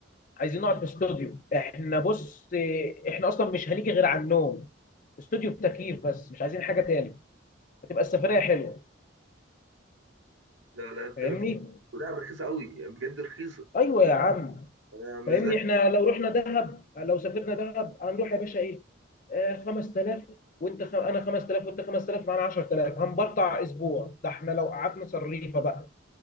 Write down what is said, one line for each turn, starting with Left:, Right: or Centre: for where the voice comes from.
Left: عايزين نقعد في استوديو احنا بص آه، احنا اصلا مش هنيجي غير على النوم استوديو تكييف بس مش عايزين حاجه تاني هتبقى السفريه حلوه
Right: لا لا نتكلم
Left: فاهمني
Right: ودهب رخيصه قوي يعني بجد رخيصه
Left: ايوه يا عم
Right: آه، مش
Left: فاهمني
Right: زي
Left: احنا لو رحنا دهب لو سافرنا دهب هنروح يا باشا ايه آه 5000 وانت خ... انا 5000 وانت 5000 معانا 10000 هنبرطع اسبوع ده احنا لو قعدنا صريفه بقى